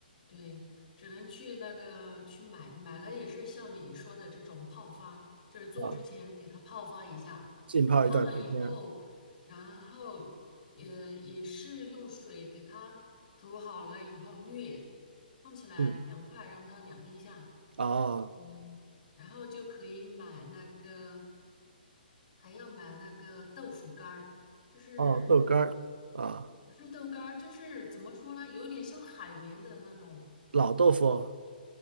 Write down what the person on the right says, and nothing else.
啊，浸泡一段时间。
嗯，
哦。
哦，豆干儿啊，
老豆腐